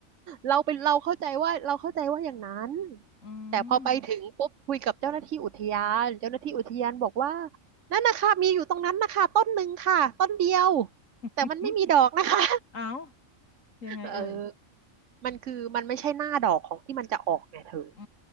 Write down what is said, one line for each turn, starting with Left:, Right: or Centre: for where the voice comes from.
Right: เราเป็นเราเข้าใจว่าเราเข้าใจว่าอย่างนั้น
Left: อื
Right: แต่พอไปถึงปุ๊บคุยกับเจ้าหน้าที่อุทยานเจ้าหน้าที่อุทยานบอกว่า
Left: ม
Right: นั่นนะคะมีอยู่ตรงนั้นนะคะต้นหนึ่งค่ะต้นเดียว
Left: <laughs>
Right: แต่มันไม่มีดอกนะคะ
Left: เอ้ายังไงเอ่ย
Right: <laughs> เออมันคือมันไม่ใช่หน้าดอกของที่มันจะออกไงเธอ
Left: อื